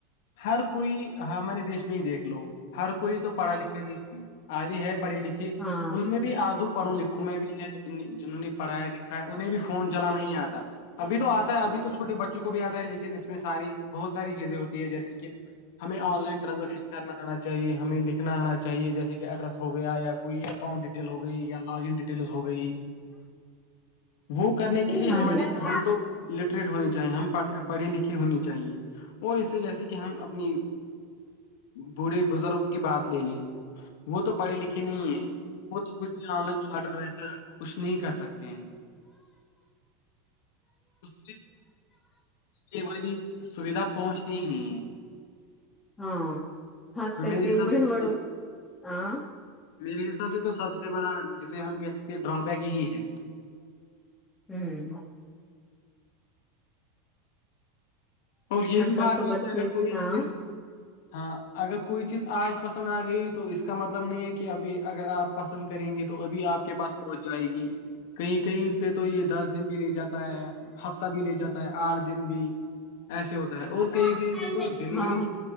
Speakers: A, on the left (about 70°); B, on the left (about 20°).
A: ہر کوئی ہمارے دیش میں دیکھ لو ہر کوئی تو پڑھا لکھا نہیں کیا اد ہے پڑھے لکھے
B: ہاں
A: ان میں بھی آدو پڑھوں لکھوں میں بھی ہے جنہوں نے پڑھیا لکھا ہے انہیں بھی فون چلان نہیں آتا ابھی تو آتا ہے ابھی تو چھوٹے بچوں کو بھی آتا ہے لیکن اس میں ساری بہت ساری چیزیں ہوتی ہے جیسے کہ ہمیں آن لائن ٹانزیکش کر آنا چاہیے ہمیں لکھنا آنا چاہیے جیسے کہ ایڈرس ہو گیا یا کوئی اکاؤنٹ ڈیٹیل ہو گئی یا لاگن ڈیٹیل ہو گئی وہ کرنے کے لیے
B: ہاں
A: ہمارے
B: جی ہاں
A: ہم تو ل ہو چاہے ہم پڑھے لکھے ہونے چاہیے اور اس سے جیسے کہ ہم اپنی بوڑے بزرگ کی بات لے لی وہ تو پڑھے لکھے نہیں ہے وہ تو کچھ آن لائن آرڈر ویسے کچھ نہیں کر سکتے ہیں اس سے والی سویدھا پہنچتی ہی نہیں ہے
B: ہاں خص کل
A: میرے
B: کے
A: حساب
B: بڑے
A: سے تو
B: وڑ
A: یہ
B: ہاں
A: میرے حساب سے تو سب سے بڑا جسے ہم کہہ سکتے ہیں ڈرا بیک یہی ہے
B: ہوں
A: اور یہ
B: آج
A: بھی
B: کل
A: بات
B: تو
A: ہے
B: بچے
A: کہ اگر کوئی
B: ہاں
A: چیز ہاں اگر کوئی چیز آج پسند آ گئی تو اس کا مطلب نہیں ہے کہ ابھی اگر آپ پسند کریں گے تو ابھی آپ کے پاس پہنچ جائے گی کہیں کہیں پہ تو یہ دس دن بھی لے جاتا ہے ہفتہ بھی لے جاتا ہے آٹھ دن بھی ایسے ہوتا ہے اور
B: ہاں
A: کہیں کہیں تو ڈیلیوری